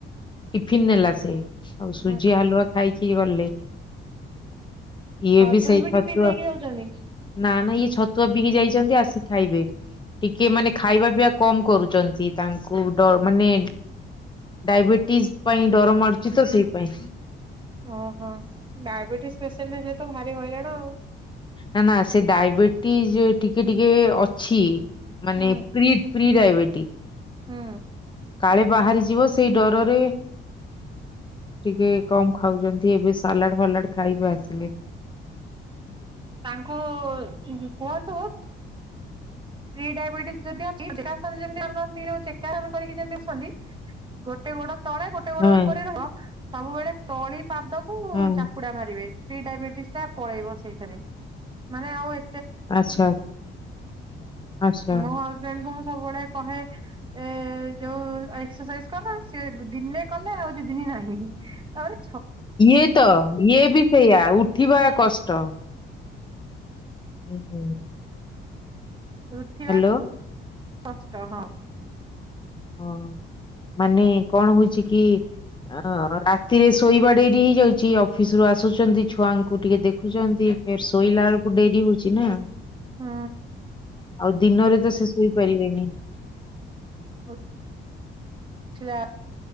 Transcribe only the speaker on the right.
ହୁଁ
ହଜବେଣ୍ଡ
ଟିଫିନ ନେଇକି ଯାଉଛନ୍ତି?
ଓହୋ ଡାଇବେଟିସ୍ ପେସେଣ୍ଟ ହେଲେ ତ ଭାରି ହଇରାଣ ଆଉ।
ହୁଁ
ହୁଁ।
ତାଙ୍କୁ ଉଁ କୁହନ୍ତୁ ପ୍ରି ଡାଇବେଟିସ୍ ଯଦି ଚେକାସନ ଯେମିତି କରନ୍ତି ଚେକାସନ କରିକି ଯେମିତି ବସନ୍ତି ଗୋଟେ ଗୋଡ ତଳେ ଗୋଟେ ଗୋଡ
ଉପରେ ରହିବ ସବୁବେଳେ ତଳି ପାଦକୁ
ଚାପୁଡା ମାରିବେ। ପ୍ରି ଡାଇବେଟିସ୍ ଟା ପଳେଇବ ସେଇଥେରେ ମାନେ ଆଉ ଏ
ମୋ ହଜବେ ଣ୍ଡଙ୍କୁ ମୁଁ ସବୁବେଳେ କହେ ଏ ଯୋଉ ଏକ୍ସରସାଇଜ କର। ସେ ଦିନେ କଲେ ଆଉ ଦି ଦିନି ନାହିଁ। ତା ପରେ
ଉଠିବା
କଷ୍ଟ ହଁ।
ହୁଁ
ଉ ଉଠିଲା